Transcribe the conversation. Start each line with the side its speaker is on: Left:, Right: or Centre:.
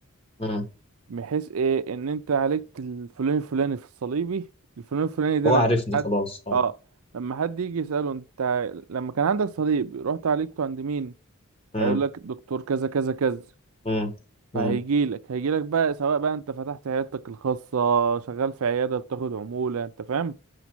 Left: مم.
Right: بحيث ايه ان انت عليك الفلاني الفلاني في الصليبي الفلاني الفلاني ده
Left: هو
Right: لما
Left: عارفني
Right: حد
Left: خلاص اه
Right: اه لما حد يجي يسأله انت لما كان عندك صليب رحت عالجته عند مين
Left: مم.
Right: هيقول لك دكتور كذا كذا كذا
Left: مم. مم.
Right: فهيجي لك هيجي لك بقى سواء بقى انت فتحت عيادتك الخاصة شغال في عيادة بتاخد عمولة انت فاهم